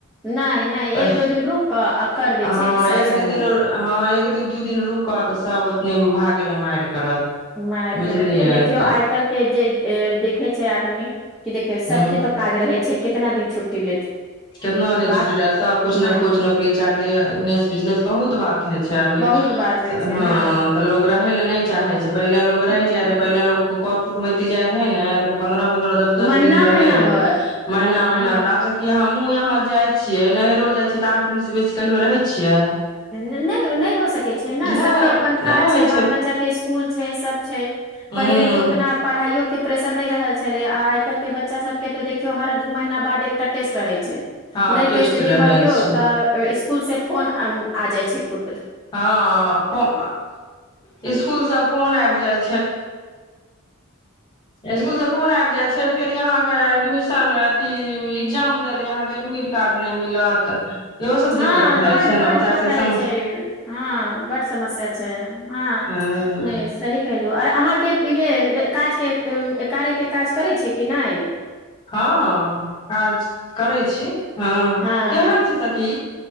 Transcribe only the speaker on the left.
हँ,
एक-दू
दिन रुकू, तँ सभ ठीक भऽ जाएत। भागे लए मारि करत
बुझलियै
तऽ
हूँ
कितना दिन
छुटी रहै सब कुछ
ने कुछ नौकरी चाकरीने बिजनेस बहुत बात ई छै, एखन
तँ लोक रहए नहि चाहैत छै। पहिने लोक रहि
जाइत छल, पहिने लोक करैत छल। कुटमैतती जाय रहै ने पन्द्रह पंद्रह दस दस
दिन
रहे
महीना
महीना <unintelligible> हमहुँ आहा जाय छियै नैहरो जाय छियै तऽ आठ दिन से बेसी कहियो रहै छियै
नहि
नहि
होइ
हूँ
हँ
रहै
छै
हँ फ इ स्कुल से फोन आबि जाय स्कुल सँ फोन आबि जाइ छै फेरहाँके ए अथ ए्ग्जाम दै लहके एडमिट कार्ड नहि मिलत इहो सब
दिक्कत भए जाइ
छै
ने बच्चा
सबके
सम
हँ
हँ आर करै छी हँ
केहन छै सखी